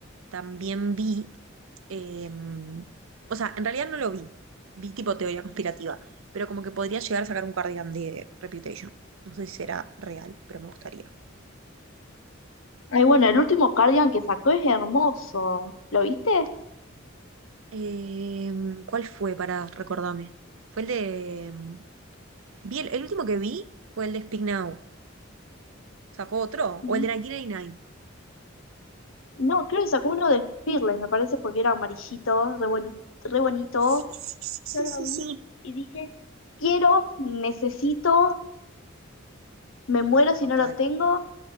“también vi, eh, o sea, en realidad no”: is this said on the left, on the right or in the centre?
Right